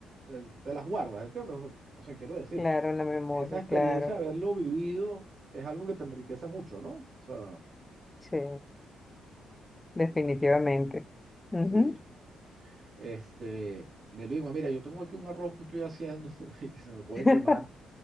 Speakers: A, on the right; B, on the left.
A: eh, te las guardas, ¿entiendes? O o sea, quiero decir,
B: Claro, la memoria,
A: esa experiencia
B: claro,
A: de haberlo vivido es algo que te enriquece mucho, ¿no? O sea,
B: sí, definitivamente.
A: no, genial.
B: Ujú.
A: Sí. Este, Nelvigma, mira, yo tengo aquí un arroz que estoy haciendo <laughs> y que se me puede
B: <laughs>
A: quemar.